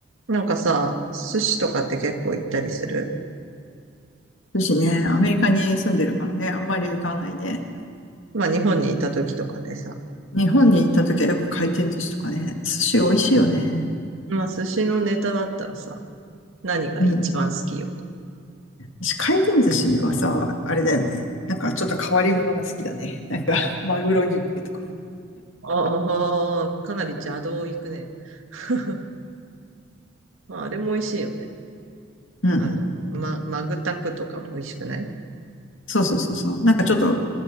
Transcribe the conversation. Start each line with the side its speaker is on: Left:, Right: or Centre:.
Right: なんかさ、寿司とかって結構行ったりする
Left: 寿司ね、アメリカに住んでるからね、あんまり行かないね。
Right: まあ日本にいた時とかでさ。
Left: 日本に行った時はよく回転寿司とかね、寿司美味しいよね。
Right: まあ寿司のネタだったらさ、何が一番好きよ。
Left: うん。私回転寿司はさ、あれだよね。なんかちょっと変わり物が好きだね。なんか、マグロユッケとか。
Right: ああ、かなり邪道行くね。<laughs> まああれも美味しいよね。
Left: うん。
Right: あの、ま、マグタクとかも美味しくない
Left: そうそうそうそう。なんかちょっと、